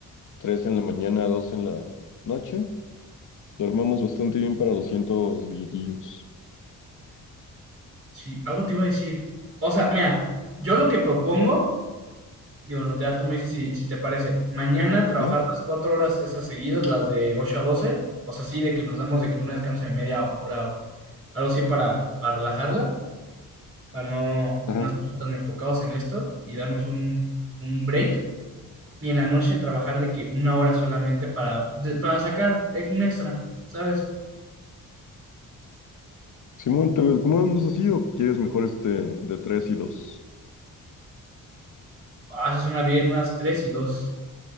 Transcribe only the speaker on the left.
tres en la mañana, dos en la noche, lo armamos bastante bien para 200 billetillos.
Ajá.
Ajá.
Simón, ¿te lo acomodamos así o quieres mejor este de tres y dos?